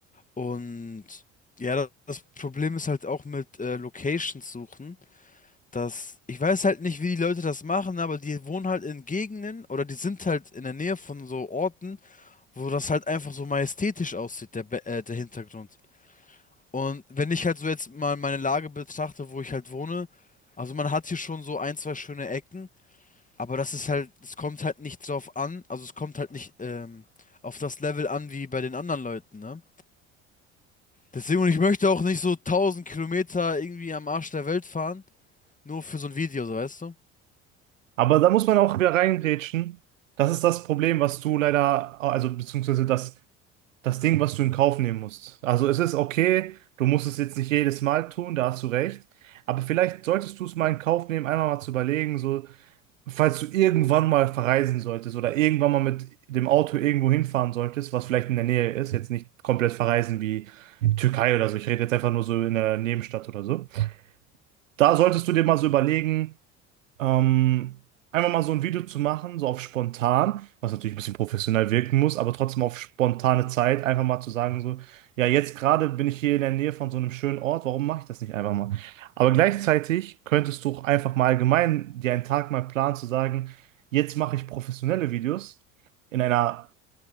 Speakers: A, on the left (about 20°); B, on the right (about 90°).
A: Und ja, da- das Problem ist halt auch mit äh, Locations suchen, dass ich weiß halt nicht, wie die Leute das machen, aber die wohnen halt in Gegenden oder die sind halt in der Nähe von so Orten, wo das halt einfach so majestätisch aussieht, der, Be- äh, der Hintergrund. Und wenn ich halt so jetzt mal meine Lage betrachte, wo ich halt wohne, also man hat hier schon so ein, zwei schöne Ecken, aber das ist halt, es kommt halt nicht drauf an, also es kommt halt nicht ähm, auf das Level an wie bei den anderen Leuten, ne? Deswegen, und ich möchte auch nicht so 1000 Kilometer irgendwie am Arsch der Welt fahren, nur für so ein Video, so weißt du?
B: Aber da muss man auch wieder reingrätschen. Das ist das Problem, was du leider, also beziehungsweise das das Ding, was du in Kauf nehmen musst. Also es ist okay, du musst es jetzt nicht jedes Mal tun, da hast du recht. Aber vielleicht solltest du es mal in Kauf nehmen, einmal mal zu überlegen, so, falls du irgendwann mal verreisen solltest oder irgendwann mal mit dem Auto irgendwo hinfahren solltest, was vielleicht in der Nähe ist, jetzt nicht komplett verreisen wie Türkei oder so. Ich rede jetzt einfach nur so in der Nebenstadt oder so. Da solltest du dir mal so überlegen, ähm, einfach mal so ein Video zu machen, so auf spontan, was natürlich ein bisschen professionell wirken muss, aber trotzdem auf spontane Zeit, einfach mal zu sagen, so, ja, jetzt gerade bin ich hier in der Nähe von so einem schönen Ort, warum mache ich das nicht einfach mal? Aber gleichzeitig könntest du auch einfach mal allgemein dir einen Tag mal planen, zu sagen, jetzt mache ich professionelle Videos in einer